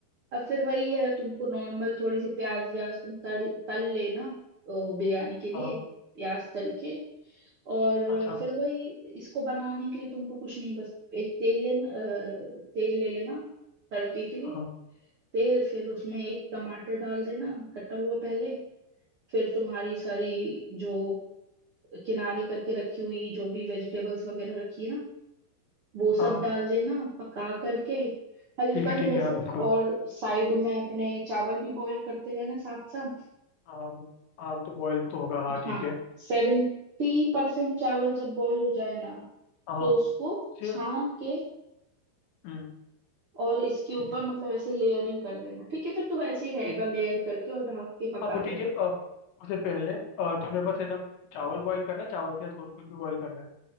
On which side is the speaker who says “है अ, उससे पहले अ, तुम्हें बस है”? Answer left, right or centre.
Left